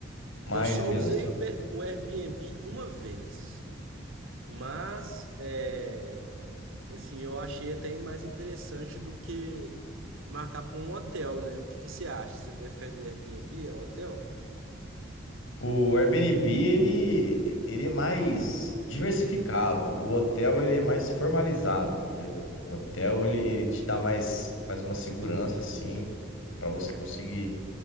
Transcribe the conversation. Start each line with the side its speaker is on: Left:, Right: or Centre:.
Left: Mas
Right: Eu só
Left: mesmo
Right: usei
Left: assim,
Right: o, Airbnb uma vez, mas é, assim, eu achei até mais interessante do que marcar para um hotel, né? O que que você acha? Você prefere o Airbnb ao hotel?
Left: O Airbnb, ele, ele é mais diversificado. O hotel, ele é mais formalizado, entendeu? O hotel, ele, ele te dá mais, mais uma segurança, assim, para você conseguir